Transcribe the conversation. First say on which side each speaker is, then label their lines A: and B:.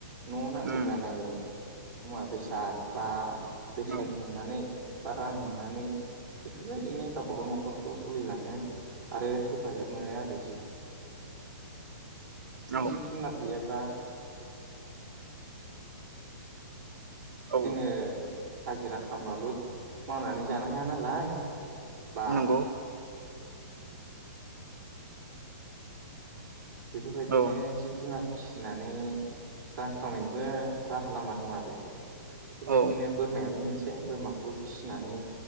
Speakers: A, on the right; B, on the right.
A: न' नांगौ
B: उम
A: जानाय। मोननानै
B: औ
A: बा रां मोननानै। बेफोरबायदिनो गावबा गाव न'खरखौ सोलिलाङो आरो हेफाजाब मोनो आरो
B: औ
A: <unintelligible> जुनार गैयाबा
B: औ
A: जोङो हाजिरा खामबाल' मावनानै जानो हाया नालाय। बा
B: नंगौ
A: बेफोरबायदिनो
B: औ
A: जिब जुनार फिसिनानै रां खामायनोबो राहा लामा दं आरो बेफोरबायदिनो
B: औ
A: बोर बोरमायाबो मोनसे बोरमाखौ फिसिनानै